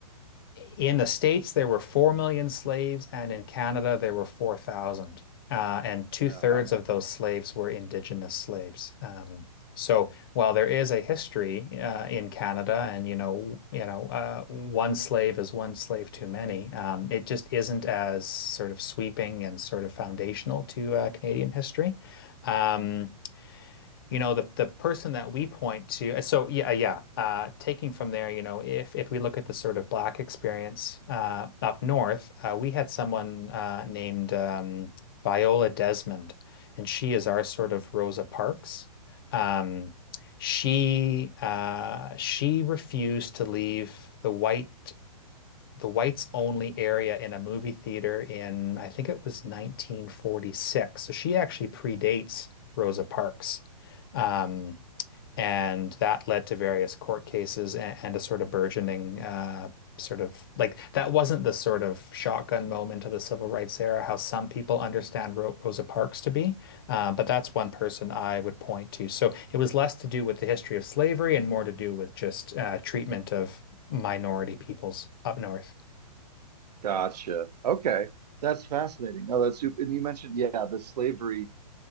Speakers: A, on the left (about 35°); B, on the right (about 85°).
A: in the States, there were 4 million slaves, and in Canada, there were 4,000. Uh, and two
B: Um,
A: thirds of those slaves were indigenous slaves. Um, so while there is a history uh, in Canada, and you know, you know, uh, one slave is one slave too many, um, it just isn't as sort of sweeping and sort of foundational to uh, Canadian history. Um, you know the the person that we point to uh, so yeah yeah uh taking from there you know if if we look at the sort of black experience uh up north uh, we had someone uh named um Viola Desmond and she is our sort of Rosa Parks um she uh she refused to leave the white the whites only area in a movie theater in, I think it was 1946. So she actually predates Rosa Parks. Um, and that led to various court cases and, and a sort of burgeoning, uh, sort of like that wasn't the sort of shotgun moment of the civil rights era, how some people understand Ro Rosa Parks to be. Uh, but that's one person I would point to. So it was less to do with the history of slavery and more to do with just uh, treatment of minority peoples up north.
B: Gotcha. Okay. That's fascinating. No, that's super. And you mentioned, yeah, the slavery,